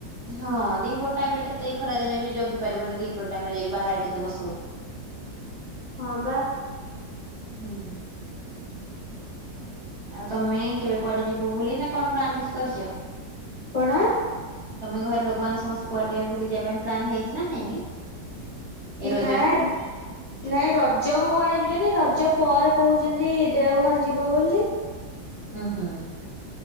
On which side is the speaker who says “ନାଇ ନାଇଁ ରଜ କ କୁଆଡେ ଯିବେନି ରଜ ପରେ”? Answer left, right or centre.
Left